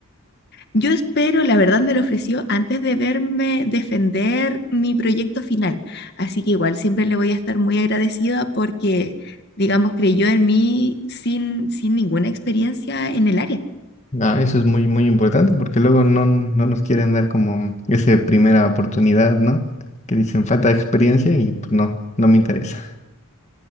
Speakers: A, on the left; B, on the left.
A: Yo espero, la verdad me lo ofreció antes de verme defender mi proyecto final, así que igual siempre le voy a estar muy agradecida porque, digamos, creyó en mí sin, sin ninguna experiencia en el área.
B: Ah, eso es muy, muy importante porque luego no, no nos quieren dar como esa primera oportunidad, ¿no? Que dicen falta de experiencia y pues no, no me interesa.